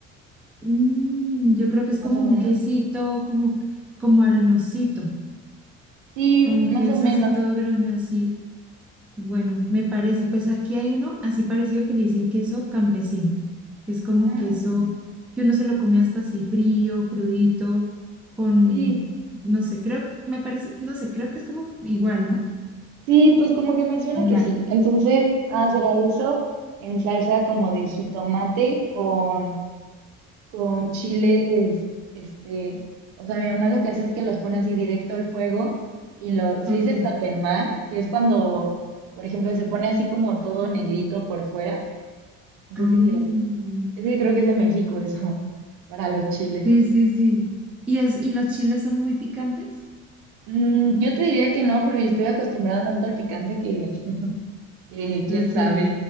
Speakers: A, in the centre; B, on the right.
A: mm, yo creo que es
B: más
A: como
B: o
A: un
B: menos.
A: quesito, como, como arenosito.
B: Sí,
A: Como
B: más
A: que
B: o
A: es
B: menos.
A: así todo grande, así. Bueno, me parece, pues aquí hay uno así parecido que le dicen queso campesino. Es como
B: Ah,
A: queso que uno se lo come hasta así frío, crudito, con,
B: sí.
A: no sé, creo, me parece, no sé, creo que es como igual, ¿no?
B: Sí, pues como que me suena
A: Similar.
B: que sí. Entonces, ah, será eso en salsa como de jitomate con, con chiles, este, o sea, mi mamá lo que hace es que los pone así directo al fuego y lo, se
A: Ok.
B: dice tatemar, que es cuando, por ejemplo, se pone así como todo negrito por fuera. No
A: Ah,
B: sé si es, es que creo que es de México eso, <laughs> para los chiles.
A: sí, sí, sí. ¿Y, es, y los chiles son muy picantes?
B: Mm, yo te diría que no, pero yo estoy acostumbrada tanto al picante que, que
A: Pues
B: quién sabe.
A: sí.